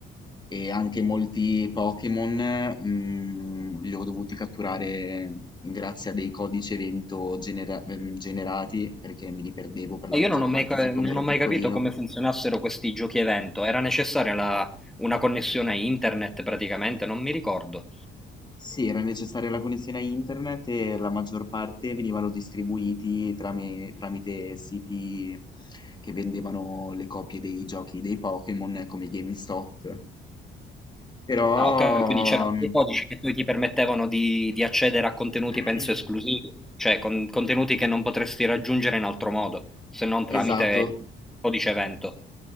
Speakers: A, on the left; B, in the centre.
A: e anche molti Pokémon mm, li ho dovuti catturare grazie a dei codici evento genera- ehm, generati perché me li perdevo per la
B: E
A: maggior
B: io non ho
A: parte
B: mai, ca-
A: siccome
B: non
A: ero
B: ho mai
A: piccolino.
B: capito come funzionassero questi giochi evento. Era necessaria la- una connessione a internet praticamente, non mi ricordo.
A: Sì, era necessaria la connessione a internet e la maggior parte venivano distribuiti trami- tramite siti che vendevano le copie dei giochi dei Pokémon come GameStop. Però,
B: Ah, ok, quindi c'erano
A: mm,
B: dei codici che poi ti permettevano di, di accedere a contenuti,
A: <clears throat>
B: penso, esclusivi, cioè con- contenuti che non potresti raggiungere in altro modo, se non tramite
A: esatto,
B: il codice evento.